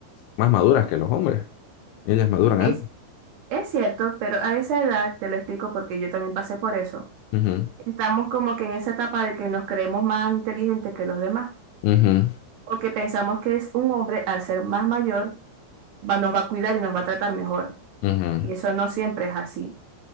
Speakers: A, on the left; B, on the right.
A: más maduras que los hombres. Ellas maduran
B: Es,
A: antes.
B: es cierto, pero a esa edad, te lo explico porque yo también pasé por eso,
A: Ujú,
B: estamos como que en esa etapa de que nos creemos más inteligentes que los demás,
A: ujú,
B: o que pensamos que es un hombre al ser más mayor, va, nos va a cuidar y nos va a tratar mejor.
A: ujú.
B: Y eso no siempre es así.